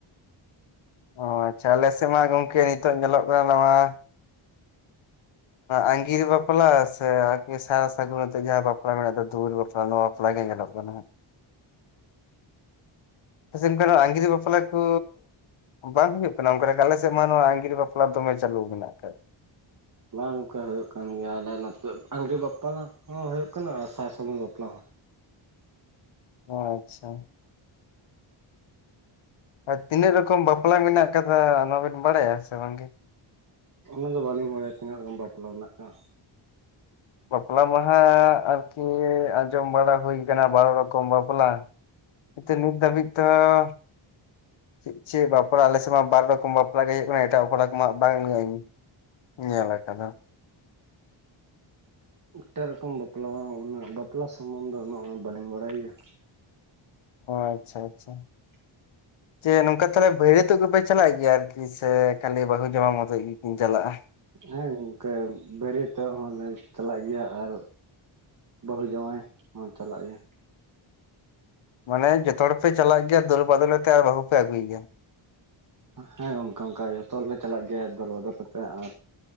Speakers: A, on the left; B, on the right.
A: ᱚ ᱟᱪᱪᱷᱟ ᱟᱞᱮ ᱥᱮᱜ ᱢᱟ ᱜᱚᱝᱠᱮ ᱱᱤᱛᱚᱜ ᱧᱮᱞᱚᱜ ᱠᱟᱱᱟ ᱱᱚᱣᱟ᱾ ᱟᱸᱜᱤᱨ ᱵᱟᱯᱞᱟ ᱥᱮ ᱟᱨᱠᱤ ᱥᱟᱨ ᱥᱟᱹᱜᱩᱱ ᱟᱛᱮᱜ ᱡᱟᱦᱟᱸ ᱵᱟᱯᱞᱟ ᱢᱮᱱᱟᱜ ᱫᱚ ᱫᱩᱣᱟᱹᱨ ᱵᱟᱯᱞᱟ ᱱᱚᱣᱟ᱾ ᱵᱟᱯᱞᱟᱜᱮ ᱧᱮᱞᱚᱜ ᱠᱟᱱᱟ ᱦᱟᱸᱜ᱾ ᱟᱯᱮ ᱥᱮᱱ ᱠᱷᱚᱱᱟᱜ ᱟᱸᱜᱤᱨ ᱵᱟᱯᱞᱟ ᱠᱩ᱾ ᱵᱟᱝ ᱦᱩᱭᱩᱜ ᱠᱟᱱᱟ ᱚᱱᱠᱟ ᱞᱮᱠᱟ? ᱟᱞᱮ ᱥᱮᱫ ᱢᱟ ᱱᱚᱣᱟ ᱟᱺᱜᱤᱨ ᱵᱟᱯᱞᱟ ᱫᱚᱢᱮ ᱪᱟᱹᱞᱩ ᱢᱮᱱᱟᱜ ᱠᱟᱫ᱾
B: ᱵᱟᱝ ᱜᱚᱝᱠᱮ ᱦᱩᱭᱩᱜ ᱠᱟᱱ ᱜᱮᱭᱟ, ᱟᱞᱮ ᱱᱚᱛᱮ ᱟᱸᱜᱤᱨ ᱵᱟᱯᱞᱟ ᱦᱚᱸ ᱦᱩᱭᱩᱜ ᱠᱟᱱᱟ ᱟᱨ ᱥᱟᱨ ᱥᱟᱹᱜᱩᱱ ᱵᱟᱯᱞᱟ ᱦᱚᱸ᱾
A: ᱟᱪᱪᱷᱟ᱾ ᱟᱨ ᱛᱤᱱᱟᱹᱜ ᱨᱚᱠᱚᱢ ᱵᱟᱯᱞᱟ ᱢᱮᱱᱟᱜ ᱠᱟᱫᱟ ᱚᱱᱟᱵᱤᱱ ᱵᱟᱲᱟᱭᱟ ᱥᱮ ᱵᱟᱝᱜᱮ?
B: ᱚᱱᱟᱫᱚ ᱵᱟᱟᱹᱞᱤᱧ ᱵᱟᱲᱟᱭᱟ ᱛᱤᱱᱟᱹᱜ ᱨᱚᱠᱚᱢ ᱵᱟᱯᱞᱟ ᱢᱮᱱᱟᱜ ᱠᱟᱜ-ᱟ?
A: ᱵᱟᱯᱞᱟ ᱢᱟᱦᱟᱸᱜ ᱟᱨᱠᱤ ᱟᱸᱡᱚᱢ ᱵᱟᱲᱟ ᱦᱩᱭ ᱠᱟᱱᱟ ᱵᱟᱨᱚ ᱨᱚᱠᱚᱢ ᱵᱟᱯᱞᱟ᱾ ᱠᱤᱱᱛᱩ ᱱᱤᱛ ᱫᱷᱟᱹᱵᱤᱡ ᱛᱮᱦᱚᱸ᱾ ᱪᱮᱫ ᱪᱮᱫ ᱵᱟᱯᱞᱟ ᱟᱞᱮᱥᱮᱫ ᱢᱟ ᱵᱟᱨ ᱨᱚᱠᱚᱢ ᱵᱟᱯᱞᱟ ᱜᱮ ᱦᱩᱭᱩᱜ ᱠᱟᱱᱟ ᱮᱴᱟᱜ ᱵᱟᱯᱞᱟ ᱠᱚᱢᱟ ᱵᱟᱝ <unintelligible> ᱧᱮᱞ ᱟᱠᱟᱫᱟ᱾
B: ᱮᱴᱟᱜ ᱨᱚᱠᱚᱢ ᱵᱟᱯᱞᱟ, ᱩᱱᱟᱹᱜ ᱵᱟᱯᱞᱟ ᱥᱚᱢᱵᱚᱱᱫᱷᱮ ᱩᱱᱟᱹᱜ ᱢᱟ ᱵᱟᱹᱞᱤᱧ ᱵᱟᱲᱟᱭ ᱜᱮᱭᱟ᱾
A: ᱚ, ᱟᱪᱪᱷᱟ ᱟᱪᱪᱷᱟ᱾
B: <inaudible>
A: ᱡᱮ ᱱᱚᱝᱠᱟ ᱛᱟᱦᱞᱮ ᱵᱟᱹᱨᱭᱟᱹᱛᱚᱜ ᱜᱮᱯᱮ ᱪᱟᱞᱟᱜ ᱜᱮᱭᱟ ᱟᱨᱠᱤ ᱥᱮ ᱠᱷᱟᱹᱞᱤ ᱵᱟᱹᱦᱩ ᱡᱟᱶᱟᱭ ᱢᱚᱛᱚᱡ ᱜᱮᱠᱤᱱ ᱪᱟᱞᱟᱜ-ᱟ?
B: ᱦᱳᱭ ᱜᱚᱝᱠᱮ ᱵᱟᱹᱨᱭᱟᱹᱛᱚᱜ ᱦᱚᱸᱞᱮ ᱪᱟᱞᱟᱜ ᱜᱮᱭᱟ ᱟᱨ ᱵᱟᱹᱦᱩ ᱡᱟᱶᱟᱭ ᱦᱚᱸ ᱪᱟᱞᱟᱜ ᱜᱮᱭᱟ᱾
A: ᱢᱟᱱᱮ ᱡᱚᱛᱚ ᱦᱚᱲ ᱯᱮ ᱪᱟᱞᱟᱜ ᱜᱮᱭᱟ ᱫᱳᱞ ᱵᱟᱫᱳᱞ ᱟᱛᱮ ᱟᱨ ᱵᱟᱹᱦᱩ ᱯᱮ ᱟᱹᱜᱩᱭᱮ ᱜᱮᱭᱟ᱾
B: ᱦᱮᱸ ᱜᱚᱝᱠᱮ ᱚᱱᱠᱟ ᱡᱚᱛᱚ ᱦᱚᱲᱞᱮ ᱪᱟᱞᱟᱜ ᱜᱮᱭᱟ ᱫᱚᱞ ᱵᱚᱫᱚᱞ ᱠᱟᱛᱮ ᱟᱨ